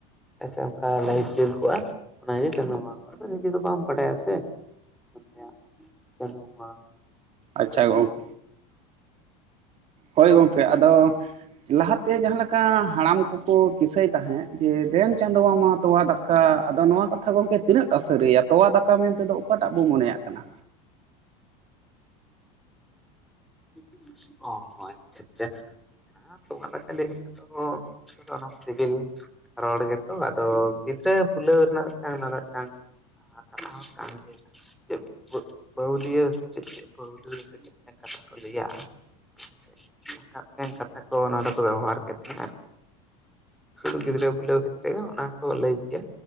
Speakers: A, in the centre; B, on the right.
A: ᱦᱮᱸ ᱥᱮ ᱚᱱᱠᱟ ᱞᱟᱹᱭ ᱩᱪᱩᱣ ᱠᱟᱜᱼᱟ᱾ ᱚᱱᱟᱜᱮ ᱪᱟᱸᱫᱚ <unintelligible> ᱟᱫᱚ ᱱᱤᱡᱮ ᱫᱚ ᱵᱟᱢ ᱵᱟᱰᱟᱭᱟ ᱥᱮ <unintelligible> ᱪᱟᱸᱫᱩ ᱵᱚᱸᱜᱟ
B: ᱟᱪᱪᱷᱟ ᱜᱚᱝᱠᱮ ᱦᱳᱭ ᱜᱚᱢᱠᱮ ᱟᱫᱚ ᱞᱟᱦᱟᱛᱮ ᱡᱟᱦᱟᱸ ᱞᱮᱠᱟ ᱠᱟ ᱦᱟᱲᱟᱢ ᱠᱚᱠᱚ ᱠᱤᱥᱟᱹᱭ ᱛᱟᱦᱮᱸᱫ ᱡᱮ ᱫᱮᱱ ᱪᱟᱸᱫᱩ ᱢᱟᱢᱟ ᱛᱚᱣᱟ ᱫᱟᱠᱟ ᱟᱫᱚ ᱱᱚᱣᱟ ᱠᱟᱛᱷᱟ ᱜᱚᱝᱠᱮ ᱛᱤᱱᱟᱹᱜ ᱴᱟ ᱥᱟᱹᱨᱤᱭᱟ ᱛᱚᱣᱟ ᱫᱟᱠᱟ ᱢᱮᱱᱛᱮᱫᱚ ᱚᱠᱟᱴᱟᱜ ᱵᱚ ᱢᱚᱱᱮᱭᱟᱜ ᱠᱟᱱᱟ?
A: <unintelligible> ᱟᱪᱪᱷᱟ ᱟᱪᱪᱷᱟ ᱛᱚᱣᱟ ᱫᱟᱠᱟ ᱞᱟᱹᱭ ᱞᱮᱠᱷᱟᱡ ᱫᱚ ᱚᱱᱟ ᱥᱤᱵᱤᱞ ᱨᱚᱲ ᱜᱮᱛᱚ ᱟᱫᱚ ᱜᱤᱫᱽᱨᱟᱹ ᱵᱷᱩᱞᱟᱹᱣ ᱨᱮᱱᱟᱜ ᱢᱤᱫᱴᱟᱝ ᱚᱱᱟ ᱫᱚ ᱢᱤᱫᱴᱟᱝ <unintelligible> <unintelligible> ᱪᱮᱫ ᱠᱟᱛᱷᱟ ᱠᱚ ᱞᱟᱹᱭᱟ <unintelligible> ᱠᱟᱛᱷᱟ ᱠᱚ ᱱᱚᱸᱵᱮ ᱠᱚ ᱵᱮᱵᱚᱦᱟᱨ ᱠᱮᱫ ᱛᱟᱦᱮᱸᱱᱟ ᱟᱨᱠᱤ ᱥᱩᱫᱩ ᱜᱤᱫᱽᱨᱟᱹ ᱵᱩᱞᱟᱹᱣ ᱠᱷᱮᱛᱮᱫ ᱜᱮ ᱚᱱᱟᱠᱚ ᱞᱟᱹᱭ ᱠᱮᱭᱟ